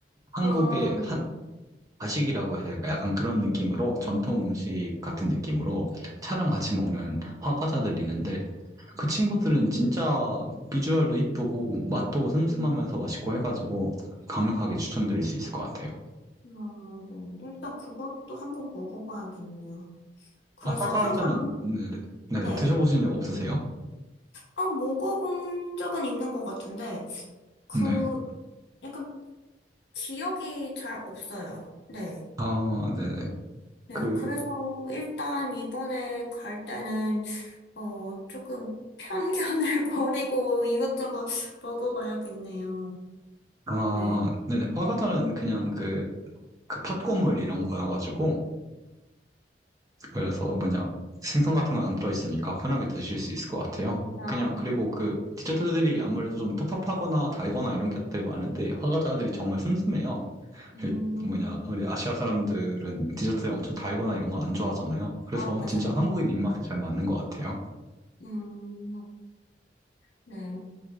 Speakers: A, on the right (about 20°); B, on the left (about 75°).
A: 한국의
B: 아, 네.
A: 한 가식이라고 해야 될까? 약간 그런 느낌으로 전통 음식 같은 느낌으로 차랑 같이 먹는 화과자들이 있는데 그 친구들은 진짜 비주얼도 이쁘고 맛도 슴슴하면서
B: 음,
A: 맛있고 해가지고 강력하게 추천드릴 수 있을 것 같아요.
B: 아, 네. 일단 그것도 한번 먹어봐야겠네요. 그래서
A: 아, 화과자는
B: 항상,
A: 네, 네, 네, 네.
B: 네.
A: 드셔보신 적 없으세요?
B: 아, 먹어본 적은 있는 것 같은데, 그,
A: 네.
B: 약간 기억이 잘 없어요. 네.
A: 아, 네네.
B: 네.
A: 그,
B: 그래서 일단 이번에 갈 때는, 어, 조금 편견을 <laughs> 버리고 이것저것 먹어봐야겠네요.
A: 아,
B: 네.
A: 네 화과자는 그냥 그, 그 팥고물 이런 거여가지고, 그래서 뭐냐 생선 같은 건 안 들어있으니까 편하게 드실 수 있을 것 같아요.
B: 아,
A: 그냥
B: 그렇죠.
A: 그리고 그 디저트들이 아무래도 좀 텁텁하거나 달거나 이런 것들이 많은데 화과자들이 정말 슴슴해요.
B: 음,
A: 그 뭐냐 우리 아시아 사람들은 디저트 엄청 달거나 이런 거 안 좋아하잖아요. 그래서
B: 아, 맞아요.
A: 진짜 한국인 입맛에 잘 맞는 것 같아요.
B: 음, 네.